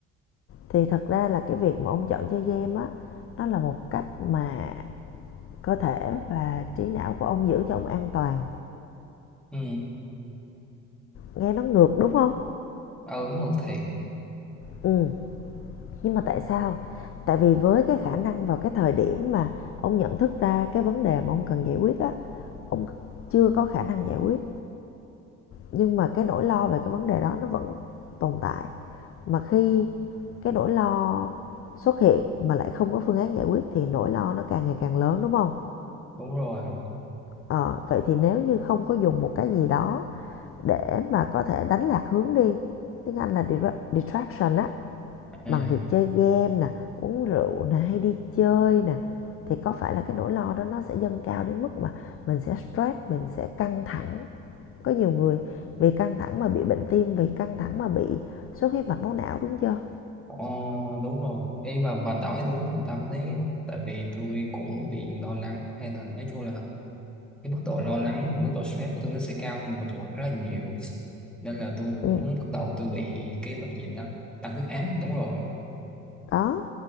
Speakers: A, on the left; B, in the centre.
A: thì thật ra là cái việc mà ông chọn chơi game á, nó là một cách mà cơ thể và trí não của ông giữ cho ông an toàn.
B: ừ
A: nghe nó ngược đúng không
B: ừ ngược thiệt
A: ừ nhưng mà tại sao tại vì với cái khả năng vào cái thời điểm mà ông nhận thức ra cái vấn đề mà ông cần giải quyết á ông chưa có khả năng giải quyết nhưng mà cái nỗi lo về cái vấn đề đó nó vẫn tồn tại mà khi cái nỗi lo xuất hiện mà lại không có phương án giải quyết thì nỗi lo nó càng ngày càng lớn đúng không
B: đúng rồi
A: Ờ, vậy thì nếu như không có dùng một cái gì đó để mà có thể đánh lạc hướng đi tiếng Anh là dira- distraction á
B: à
A: bằng việc chơi game nè, uống rượu nè, hay đi chơi nè thì có phải là cái nỗi lo đó nó sẽ dâng cao đến mức mà mình sẽ stress, mình sẽ căng thẳng. Có nhiều người vì căng thẳng mà bị bệnh tim, vì căng thẳng mà bị xuất huyết mạch máu não đúng chưa?
B: ờ, đúng rồi em mà bà nói đúng trọng tâm đấy tại vì tôi cũng bị lo lắng hay là nói chung là cái mức độ lo lắng và mức độ stress của tôi nó sẽ cao hơn bình thường rất là nhiều nên là tôi cũng
A: Ừ,
B: bắt đầu tôi bị cái bệnh gì ta tăng huyết áp đúng rồi
A: đó,